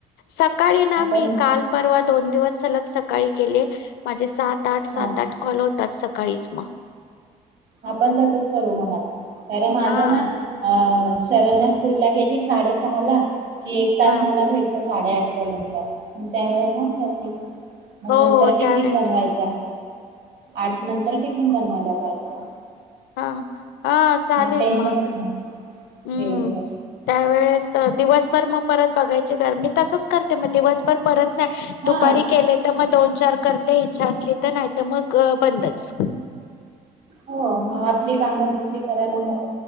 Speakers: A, on the left; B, on the right.
A: सकाळी ना
B: आपण
A: मी काल परवा दोन तेव्हा सलग सकाळी केले. माझे सात आठ, सात,
B: हा
A: आठ कॉल होत आज सकाळीच मग
B: आपण तसच करू मग आता. कारण माझं
A: हा.
B: ना अ शरण्या स्कूल ला गेली साडेसहा ला. कि एक तास
A: हा
B: मला भेटतोच. साडे आठ पर्यंत. म त्या वेळेस होऊन जातील. मग
A: हो
B: नंतर टिफिन
A: त्या वेळेत
B: बनवायचा
A: होत.
B: आठ नंतर टिफीन बनवायला जायचं.
A: हा हा चालेल
B: टेन्शनच
A: मग.
B: नाही
A: <inaudible> हम्म
B: दिवसभर
A: त्यावेेळेस दिवसभर मग परत बघायचे गार मी तसंच करते मग दिवसभर परत <unintelligible>
B: हा
A: दुपारी केले तर म दोन, चार करते इच्छा असली तर नाही तर मग अ बंदच
B: हो मग आपली कामं. दुसरी करायला मोकळे.